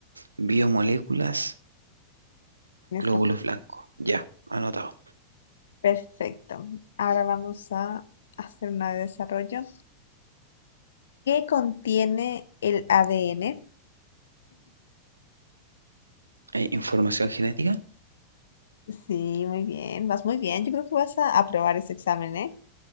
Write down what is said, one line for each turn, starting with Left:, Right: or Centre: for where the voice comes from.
Right: Biomoléculas,
Left: Tienes
Right: glóbulos
Left: cap-
Right: blancos. Ya, anotado.
Left: Perfecto. Ahora vamos a hacer una de desarrollo. ¿Qué contiene el ADN?
Right: Eh, ¿información genética?
Left: Sí, muy bien, vas muy bien. Yo creo que vas a aprobar ese examen, ¿eh?